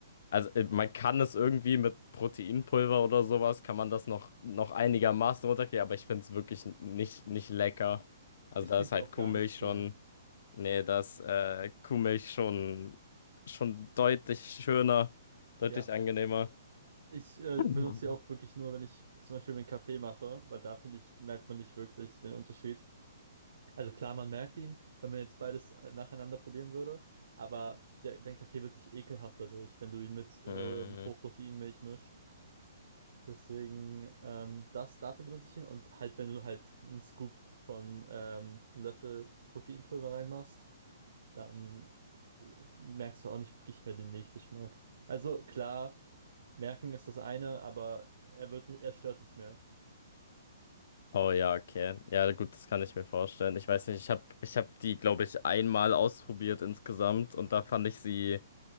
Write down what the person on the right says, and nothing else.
Ich
trinke
die auch
gar nicht pur.
Ja.
Ich äh,
benutze die auch wirklich nur, wenn ich zum Beispiel mir einen Kaffee mache, weil da finde ich, merkt man nicht wirklich den Unterschied. Also klar, man merkt ihn, wenn man jetzt beides äh, nacheinander probieren würde, aber der, dein Kaffee wird nicht ekelhaft dadurch, wenn du ihn mit
ähm, Hochproteinmilch
mischt. Deswegen, ähm, das, dafür benutze ich ihn und halt, wenn du halt einen Scoop von ähm, einem Löffel Proteinpulver reinmachst, dann äh, merkst du auch nicht wirklich mehr den Milchgeschmack. Also klar. Merken ist das eine, aber er wird nicht, er stört nicht mehr.